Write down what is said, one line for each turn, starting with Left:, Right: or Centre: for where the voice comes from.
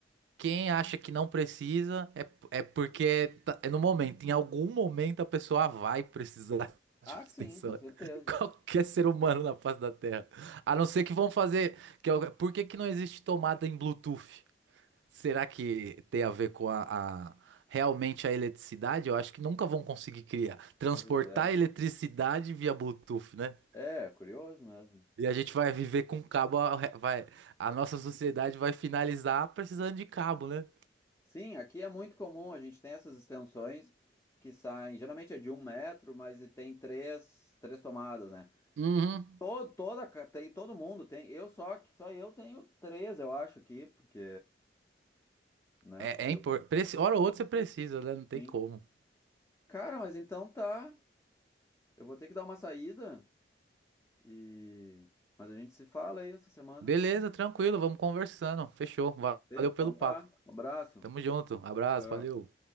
Right: Quem acha que não precisa é, é porque tá- é no momento, em algum momento a pessoa vai precisar <laughs>
Left: Ah,
Right: de uma extensão.
Left: sim, com certeza.
Right: <laughs> Qualquer ser humano na face da Terra. A não ser que vão fazer. Que, é o- por que que não existe tomada em Bluetooth? Será que tem a ver com a, a- realmente a eletricidade? Eu acho que nunca vão conseguir criar, transportar
Left: Pois é.
Right: eletricidade via Bluetooth, né?
Left: É, curioso mesmo.
Right: E a gente vai viver com cabo, a- vai, a nossa sociedade vai finalizar precisando de cabo, né?
Left: Sim, aqui é muito comum, a gente tem essas extensões que saem, geralmente é de um metro, mas e tem três, três tomadas, né?
Right: Uhum.
Left: Todo, toda, ca- tem, todo mundo tem, eu só, só eu tenho três, eu acho, aqui, porque, né,
Right: É,
Left: porque
Right: é
Left: eu
Right: importante. Hora ou outra você precisa, né? Não tem
Left: tenho.
Right: como.
Left: Cara, mas então tá, eu vou ter que dar uma saída e... Mas a gente se fala aí essa semana.
Right: Beleza, tranquilo, vamos conversando. Fechou. Va-
Left: Ok?
Right: Valeu
Left: Então
Right: pelo papo.
Left: tá, um abraço.
Right: Tamo junto. Abraço,
Left: Tchau.
Right: valeu.